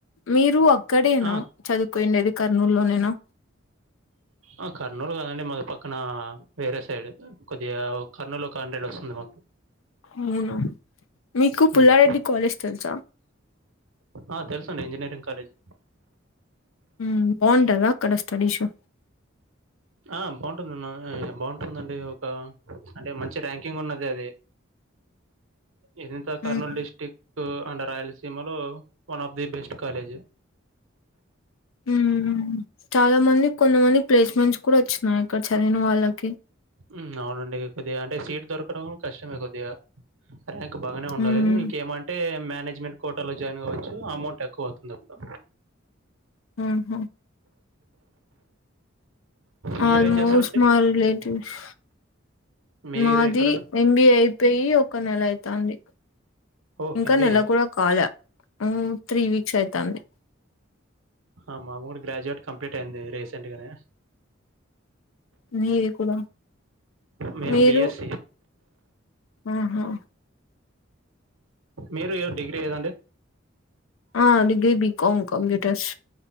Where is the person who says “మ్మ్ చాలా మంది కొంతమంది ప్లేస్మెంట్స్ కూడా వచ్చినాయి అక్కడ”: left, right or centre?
Left